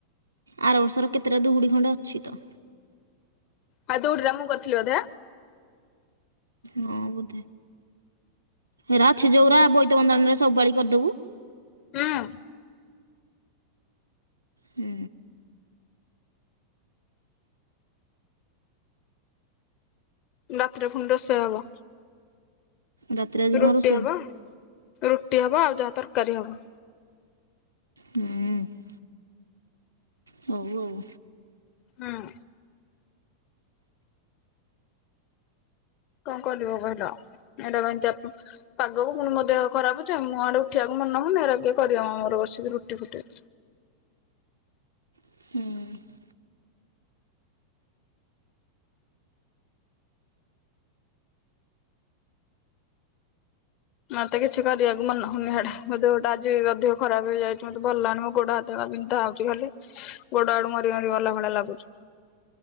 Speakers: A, on the right; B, on the left.
A: ଆର ବର୍ଷର କେତେଟା ଦୁଗୁଡ଼ି ଖଣ୍ଡେ ଅଛି ତ।
B: ମାନେ ଦୋଉଡି ରା ମୁଁ କରିଥିଲି ବୋଧେ?
A: ହଁ ବୋଧେ। ହେରା ଅଛି ଯୋଉରା ବୋଇତ ବନ୍ଦାଣ ରେ ସବୁପାଳି କରିଦୋବୁ।
B: ହୁଁ।
A: ହୁଁ।
B: ରାତିରେ ଫୁଣି ରୋଷେଇ ହବ
A: ରାତିରେ ଆଜି କଣ
B: ରୁଟି
A: ରୋଷେଇ?
B: ହବ। ରୁଟି ହବ ଆଉ ଯାହା ତରକାରୀ ହବ।
A: ହୁଁ। ହଉ, ଆଉ।
B: ହଁ। କଁ କରିବ କହିଲ ଏଇଡା କୁ ଏତିଆ ପାଗକୁ ପୁଣି ମୋ ଦେହ ଖରାପ ଯେ ମୁଁ ଆଡେ ଉଠିବାକୁ ମନ ହଉନି ଏରା କିଏ କରିବ ମ ମୋର ବସିକି ରୁଟି ଫୁଟି।
A: ହୁଁ।
B: ମତେ କିଛି କରିବାକୁ ମନହଉନି ହେଟା ମୋ ଦେହଟା ଆଜି ବି ଅଧିକ ଖରାପ ହେଇଯାଇଛି ମତେ ଭଲ ଲାଗୁନି ମୋ ଗୋଡ଼ ହାତ ତ ବିନ୍ଧା ହଉଛି ଖାଲି ଗୋଡ ଆଡୁ ମରି ମରି ଗଲା ଭଳିଆ ଲାଗୁଛି।